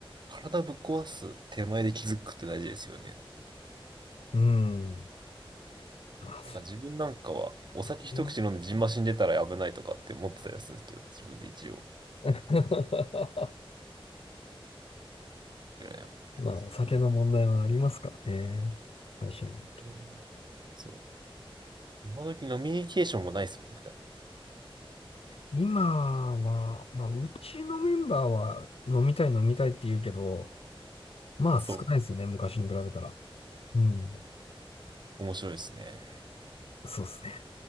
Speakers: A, on the right; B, on the left.
A: 体ぶっ壊す手前で気づくって大事ですよね。
B: うん。まあ、そ
A: なんか自分なんかは、お酒一口飲んでジンマシン出たら危ないとかって思ってたりするんですけど、
B: うね。
A: 自分で一応
B: <laughs>
A: ぐらいは思って
B: まあ、お酒の問題はありますからね。会社員。
A: る。うんそう。今時飲みニケーションもないですもんね、だって。
B: 今は、まあ、うちのメンバーは飲みたい飲みたいって言うけど、まあ少ないですよね、
A: そ
B: 昔に比べたら。うん。
A: う。面白いですね。
B: そうですね。